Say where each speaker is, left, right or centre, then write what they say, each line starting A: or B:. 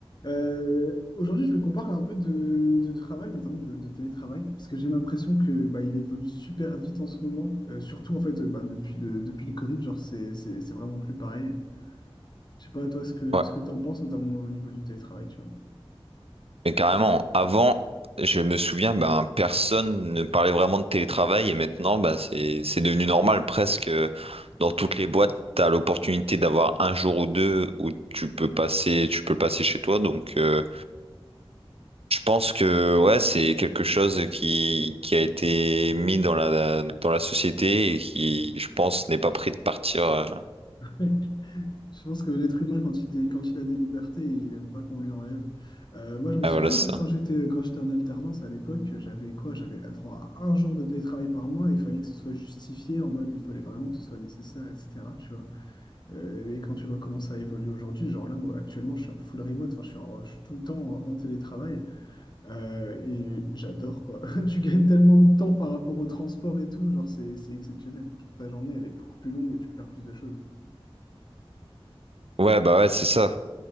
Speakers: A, on the left; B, on the right.
A: Euh, aujourd'hui, je veux qu'on parle un peu de, de travail, notamment de, de télétravail, parce que j'ai l'impression que bah, il évolue super vite en ce moment. Euh, surtout en fait, euh, bah, depuis le, depuis le Covid, genre c'est c'est- c'est vraiment plus pareil. Je sais pas toi ce que
B: Ouais,
A: ce que t'en penses, notamment au niveau du télétravail, tu vois.
B: mais carrément, avant, je me souviens, ben, personne ne parlait vraiment de télétravail et maintenant, ben, c'est, c'est devenu normal presque. euh, Dans toutes les boîtes, tu as l'opportunité d'avoir un jour ou deux où tu peux passer, tu peux le passer chez toi. Donc, euh, je pense que ouais, c'est quelque chose qui, qui a été mis dans la, dans la société et qui, je pense, n'est pas prêt de partir. euh.
A: Ouais. Je pense que l'être humain, quand il, dé- quand il a des libertés, il aime pas qu'on lui enlève. Euh, moi, je me
B: Ouais,
A: souviens,
B: voilà, c'est
A: hein,
B: ça.
A: quand j'étais quand j'étais en alternance à l'époque, j'avais quoi? J'avais droit à un jour de télétravail par mois. Il fallait que ce soit justifié en mode, il fallait vraiment que ce soit nécessaire, etc. Tu vois. Euh, et quand tu vois comment ça a évolué aujourd'hui, genre là, moi, actuellement, je suis en full remote, enfin, je suis, en- je suis tout le temps en, en télétravail euh, et j'adore, quoi. <laughs> Tu gagnes tellement de temps par rapport au transport et tout, genre, c'est, c'est exceptionnel. Genre, ta journée, elle est beaucoup plus longue et tu peux faire plus de choses.
B: Ouais, bah ouais, c'est ça.